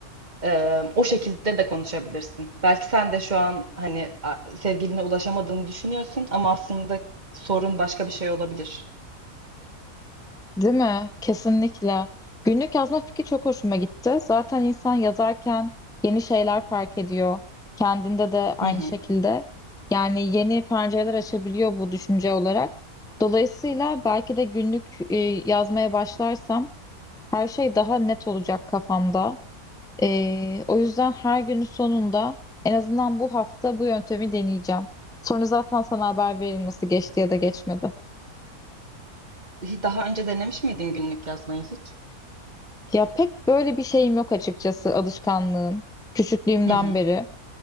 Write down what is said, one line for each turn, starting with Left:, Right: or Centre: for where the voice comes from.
Right: ee, o şekilde de konuşabilirsin. Belki sen de şu an hani a- sevgiline ulaşamadığını düşünüyorsun ama aslında sorun başka bir şey olabilir.
Centre: Değil mi? Kesinlikle. Günlük yazma fikri çok hoşuma gitti. Zaten insan yazarken yeni şeyler fark ediyor. Kendinde de aynı
Right: Hı hı.
Centre: şekilde. Yani yeni pencereler açabiliyor bu düşünce olarak. Dolayısıyla belki de günlük e, yazmaya başlarsam her şey daha net olacak kafamda. E, o yüzden her günün sonunda en azından bu hafta bu yöntemi deneyeceğim. Sonra zaten sana haber veririm nasıl geçti ya da geçmedi.
Right: Daha önce denemiş miydin günlük yazmayı hiç?
Centre: Ya pek böyle bir şeyim yok açıkçası alışkanlığım küçüklüğümden
Right: Hı hı.
Centre: beri.